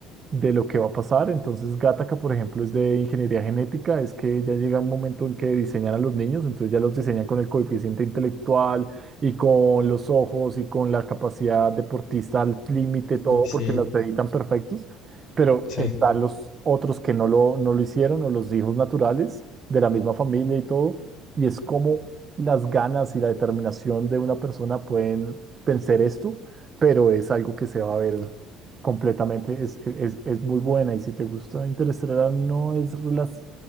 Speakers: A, on the right; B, on the left.
A: de lo que va a pasar. Entonces, Gattaca, por ejemplo, es de ingeniería genética, es que ya llega un momento en que diseñan a los niños, entonces ya los diseñan con el coeficiente intelectual y con los ojos y con la capacidad deportista al límite,
B: Mm,
A: todo,
B: Sí,
A: porque las editan perfectos. Pero
B: sí.
A: están los otros que no lo, no lo hicieron, o los hijos naturales de la misma familia y todo. Y es como las ganas y la determinación de una persona pueden pensar esto, pero es algo que se va a ver Completamente, es, es, es muy buena y si te gusta Interestelar no es relas-